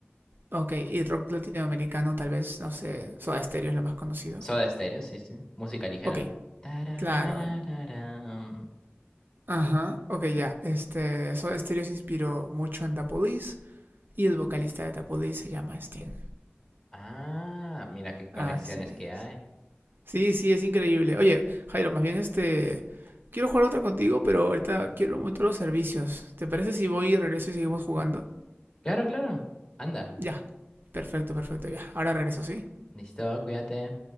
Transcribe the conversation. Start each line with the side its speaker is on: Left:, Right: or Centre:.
Right: Ok, y rock latinoamericano, tal vez, no sé, Soda Stereo es lo más conocido.
Left: Soda Stereo, sí, sí. Música ligera,
Right: Ok,
Left: ¿no? Tarararararam.
Right: claro. Ajá, ok, ya. Este, Soda Stereo se inspiró mucho en The Police y el vocalista de The Police se llama Sting.
Left: Ah, mira qué conexiones
Right: Así es.
Left: que hay.
Right: Sí, sí, es increíble. Oye, Jairo, más bien este... Quiero jugar otra contigo, pero ahorita quiero un momento los servicios. ¿Te parece si voy y regreso y seguimos jugando?
Left: Claro, claro. Anda,
Right: Ya, perfecto, perfecto, ya. Ahora regreso, ¿sí?
Left: listo, cuídate.